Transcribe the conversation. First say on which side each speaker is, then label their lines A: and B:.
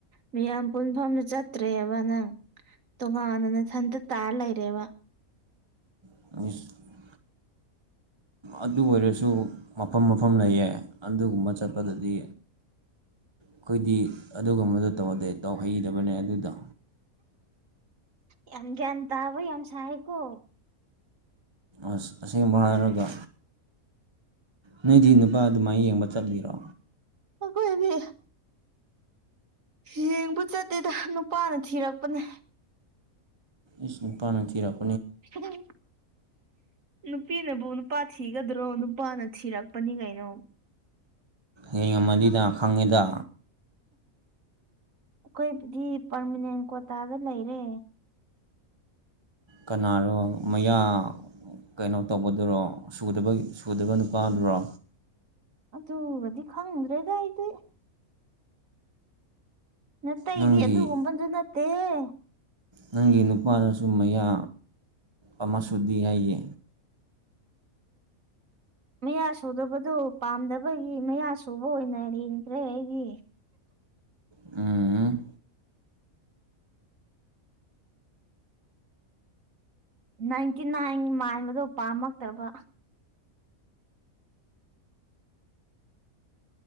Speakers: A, on the right; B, on the right.
A: ꯃꯤꯌꯥꯝ ꯄꯨꯟꯐꯝꯗ ꯆꯠꯇ꯭ꯔꯦꯕ ꯅꯪ꯫ ꯇꯣꯉꯥꯟꯅ ꯅꯊꯟꯇ ꯇꯥꯔ ꯂꯩꯔꯦꯕ꯫
B: <unintelligible> ꯑꯗꯨ ꯑꯣꯏꯔꯁꯨ ꯃꯐꯝ ꯃꯐꯝ ꯂꯩꯌꯦ ꯑꯗꯨꯒꯨꯝꯕ ꯆꯠꯄꯗꯗꯤ ꯑꯈꯣꯏꯗꯤ ꯑꯗꯨꯒꯨꯝꯕꯗꯣ ꯇꯧꯗꯦ ꯇꯧꯍꯩꯗꯕꯅꯦ ꯑꯗꯨꯗꯣ꯫
A: ꯌꯥꯝ ꯒ꯭ꯌꯥꯟ ꯇꯥꯕ ꯌꯥꯝ ꯁꯥꯏ ꯀꯣ꯫
B: ꯑꯁ ꯑꯁꯦꯡꯕ ꯍꯥꯏꯔꯒ꯫ ꯅꯣꯏꯗꯤ ꯅꯨꯄꯥ ꯑꯗꯨꯃꯥꯏꯅ ꯌꯦꯡꯕ ꯆꯠꯂꯤꯔꯣ꯫
A: ꯑꯈ‌ꯣꯏꯗꯤ ꯌꯦꯡꯕ ꯆꯠꯇꯦꯗ ꯅꯨꯄꯥꯅ ꯊꯤꯔꯛꯄꯅꯦ꯫
B: ꯏꯁ ꯅꯨꯄꯥꯅ ꯊꯤꯔꯛ
A: <unintelligible> ꯅꯨꯄꯤꯅꯕꯨ ꯅꯨꯄꯥ ꯊꯤꯒꯗ꯭ꯔꯣ ꯅꯨꯄꯥꯅ ꯊꯤꯔꯛꯄꯅꯤ ꯀꯩꯅꯣ꯫
B: ꯌ‌ꯦꯡꯉꯝꯃꯅꯤꯗ ꯈꯪꯉꯤꯗ꯫
A: ꯑꯈꯣꯏꯕꯨꯗꯤ ꯄꯔꯃꯅꯦꯟ ꯀ꯭ꯣꯇꯥꯗ ꯂꯩꯔꯦ꯫
B: ꯀꯅꯥꯔꯣ ꯃꯌꯥ ꯀꯩꯅꯣ ꯇꯧꯕꯗꯨꯔꯣ ꯁꯨꯗꯕꯩ ꯁꯨꯗꯕ ꯅꯨꯄꯥꯗꯨꯔꯣ꯫
A: ꯑꯗꯨꯒꯗꯤ ꯈꯪꯗ꯭ꯔꯦꯗ ꯑꯩꯗꯤ꯫ ꯅꯇꯩꯗꯤ
B: ꯅꯪꯒꯤ
A: ꯑꯗꯨꯒꯨꯝꯕꯗꯨ ꯅꯠꯇꯦꯍꯦ꯫
B: ꯅꯪꯒꯤ ꯅꯨꯄꯥꯅꯁꯨ ꯃꯌꯥ ꯑꯃ ꯁꯨꯨꯗꯤ ꯍꯥꯏꯌꯦ꯫
A: ꯃꯌꯥ ꯁꯨꯗꯕꯗꯨ ꯄꯥꯝꯗꯕꯒꯤ ꯃꯌꯥ ꯁꯨꯕ ꯑꯣꯏꯅ ꯌꯦꯡꯈ꯭ꯔꯦ ꯑꯩꯗꯤ꯫
B: ꯎꯝ
A: ꯅꯥꯏꯟꯇꯤ ꯅꯥꯏꯟ ꯃꯥꯟꯕꯗꯣ ꯄꯥꯝꯃꯛꯇ꯭ꯔꯕ꯫